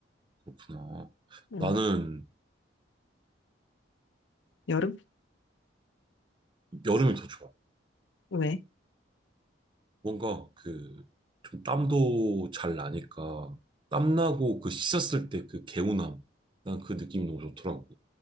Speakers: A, on the right; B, on the left.
A: 그렇구나.
B: 응.
A: 나는
B: 여름?
A: 여름이 더 좋아.
B: 왜?
A: 뭔가 그, 좀 땀도 잘 나니까, 땀나고 그 씻었을 때 그 개운함. 난 그 느낌이 너무 좋더라고.